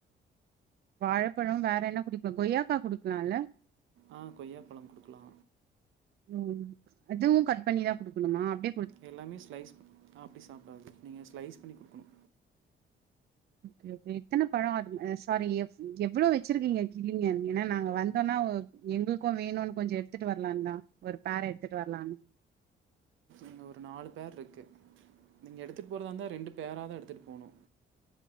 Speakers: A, on the right (about 55°); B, on the right (about 80°).
A: வாழப்பழம் வேற என்ன குடிக்கு கொய்யாக்கா குடுக்கலால்ல
B: ஆ கொய்யா பழம் குடுக்கலா
A: ம் அதுவு கட் பண்ணிதா குடுக்குணுமா அப்டே
B: எல்லாமே ஸ்லைஸ் அப்டி சாப்டாது நீங்க ஸ்லைஸ் பண்ணி குடுக்குனு
A: ஓகே ஓகே எத்தனப் பழோ அது சாரி எவ்ளோ வெச்சிருக்கீங்க கிளிங்க ஏனா நாங்க வந்தோன்னா ஒரு எங்களுக்கு வேணுனு கொஞ்சோ எடுத்துட்டு வரலான்னு தா ஒரு பேர் எடுத்துட்டு வரலான்னு
B: இங்க ஒரு நாலு பேர் இருக்கு நீங்க எடுத்துட்டு போறதா இருந்தா ரெண்டு பேரா தா எடுத்துட்டு போனு